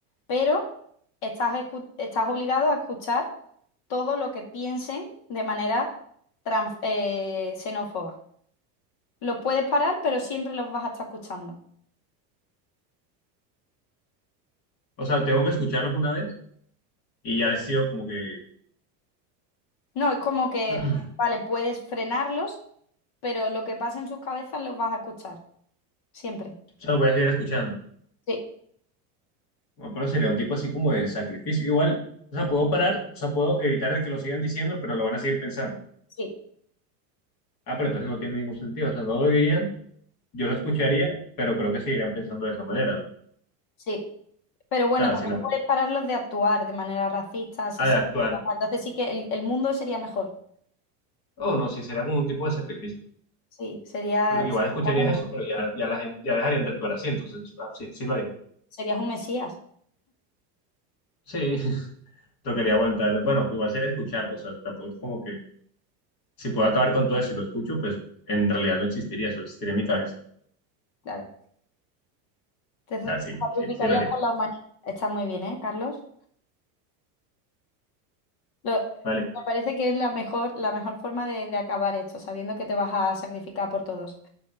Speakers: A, on the left; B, on the left.
A: Pero estás, escu- estás obligado a escuchar todo lo que piensen de manera tran- eh, xenófoba. Los puedes parar, pero siempre los vas a estar escuchando.
B: O sea, tengo que escucharlos una vez y ya decido como que,
A: No, es como que,
B: <clears throat> o
A: vale, puedes frenarlos, pero lo que pasa en sus cabezas los vas a escuchar. Siempre.
B: sea, lo voy a seguir escuchando.
A: Sí,
B: Bueno, pero sería un tipo así como de sacrificio. Igual, o sea, puedo parar, o sea, puedo evitar de que lo sigan diciendo, pero lo van a seguir pensando.
A: sí,
B: Ah, pero entonces no tiene ningún sentido. O sea, no lo dirían, yo lo escucharía, pero creo que seguirían pensando de esa manera, ¿no? O
A: sí. Pero bueno,
B: sea,
A: también
B: si no,
A: puedes pararlos de actuar de manera racista, asesina.
B: ha de actuar.
A: Entonces sí que el, el mundo sería mejor.
B: Oh, no, sí, será como un tipo de sacrificio.
A: Sí, sería,
B: Porque igual
A: serías
B: escucharías
A: un,
B: eso, pero ya, ya la gente, ya dejarían de actuar así, entonces ah, sí, sí lo haría.
A: serías un mesías,
B: Sí, <laughs> Tocaría aguantar, bueno, igual sería escucharlo, o sea, tampoco es como que si puedo acabar con todo eso y lo escucho, pues en realidad no existiría, solo existiría en mi cabeza.
A: claro. Entonces
B: Ah, sí,
A: sacrificarías
B: sí, sí lo haría.
A: por la humanidad. Está muy bien, ¿eh, Carlos? Lo- me
B: Vale.
A: parece que es la mejor, la mejor forma de, de acabar esto, sabiendo que te vas a sacrificar por todos.